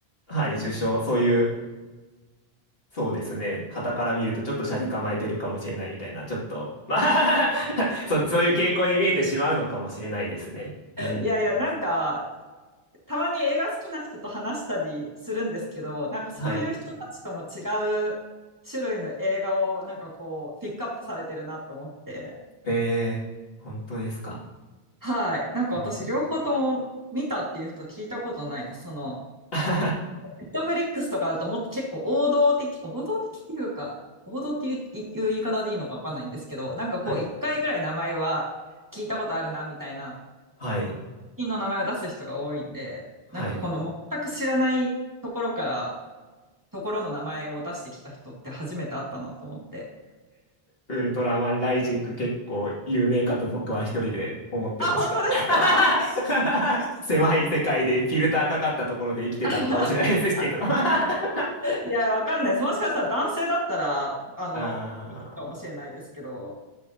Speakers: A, on the left (about 65°); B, on the right (about 20°).
A: はい、受賞、そういう、そうですね。傍から見るとちょっと斜に構えてるかもしれないみたいな、ちょっと、まあ <laughs> そ、そういう傾向に見えてしまうのかもしれないですね。うん。
B: いやいや、なんか、たまに映画好きな人と話したりするんですけど、なんかそういう人たちとも違
A: はい。
B: う種類の映画を、なんかこう、ピックアップされてるなと思って。
A: えー、本当ですか。
B: はい。なんか私、
A: うん
B: 両方とも見たっていう人聞いたことないです。その、
A: <laughs>
B: ネットフリックスとかだともっと結構王道的、王道的っていうか、王道っていう、いう言い方でいいのかわかんないんですけど、なんかこう、
A: はい。
B: 一回ぐらい名前は聞いたことあるな、みたいな、
A: はい。
B: 品の名前を出す人が多いんで、
A: はい。
B: なんかこの全く知らないところから、ところの名前を出してきた人って初めて会ったなと思って。
A: ウルトラマンライジング結構有名かと僕は一人で思ってました。
B: あ、本当ですか
A: <laughs> 狭い世界でフィルターかかったところで生きてたのかもしれないですけど
B: <laughs>
A: <laughs>
B: いや、わかんないです。もしかしたら男性だったら、あの、
A: あ
B: いるかもしれないですけど、